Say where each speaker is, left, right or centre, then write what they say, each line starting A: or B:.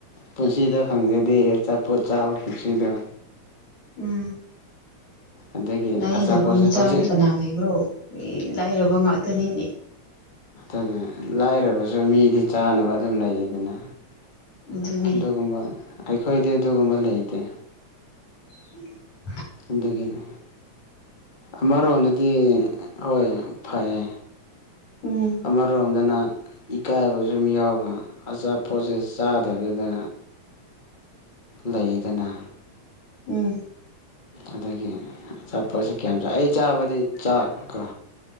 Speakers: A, on the left; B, on the left.
A: ꯄꯨꯟꯁꯤꯗ ꯐꯪꯖꯗꯦ ꯑꯆꯥꯄꯣꯠ ꯆꯥꯕ ꯄꯨꯟꯁꯤꯗꯣ
B: ꯎꯝ
A: ꯑꯗꯒꯤ
B: ꯂꯥꯏꯗꯕ
A: ꯑꯆꯥꯄꯣꯠꯁꯦ
B: ꯃꯆꯥꯕꯨ
A: ꯍꯧꯖꯤꯛ
B: ꯀꯅꯥ ꯂꯩꯕ꯭ꯔꯣ ꯂꯥꯏꯔꯕ ꯉꯥꯛꯇꯅꯤꯅꯦ
A: ꯑꯗꯨꯅꯦ ꯂꯥꯏꯔꯕꯖꯨ ꯃꯤꯗꯤ ꯆꯥꯅꯕ ꯑꯗꯨꯝ ꯂꯩꯗꯅ
B: ꯑꯗꯨꯅꯤ
A: ꯑꯗꯨꯒꯨꯝꯕ ꯑꯩꯈꯣꯏꯗꯤ ꯑꯗꯨꯒꯨꯝꯕ ꯂꯩꯇꯦ
B: <inaudible>
A: ꯑꯗꯨꯒꯤꯅꯦ ꯑꯃꯔꯣꯝꯗꯗꯤ ꯍꯣꯏ ꯐꯩꯌꯦ
B: ꯎꯝ
A: ꯑꯃꯔꯣꯝ ꯑꯗꯨꯅ ꯏꯀꯥꯏꯕꯁꯨꯨꯝ ꯌꯥꯎꯕ ꯑꯆꯥꯄꯣꯠꯁꯦ ꯆꯥꯗꯕꯤꯗ ꯂꯩꯗꯅ
B: ꯎꯝ
A: ꯑꯗꯒꯤ ꯑꯆꯥꯄꯣꯠꯁꯦ ꯀꯌꯥꯝ ꯆꯥ ꯑꯩ ꯆꯥꯕꯗꯤ ꯆꯥꯛ ꯀꯣ